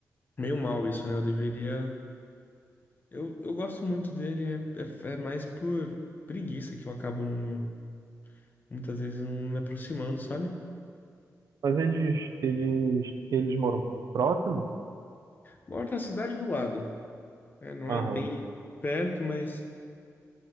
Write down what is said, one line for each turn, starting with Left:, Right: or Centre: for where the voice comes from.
Left: meio mal isso, né? Eu deveria. Eu, eu gosto muito dele, é, é- é mais por preguiça que eu acabo não- muitas vezes não me aproximando, sabe?
Right: Mas eles, eles, eles moram próximo?
Left: Moro na cidade do lado. É, não
Right: Aham.
Left: é bem perto, mas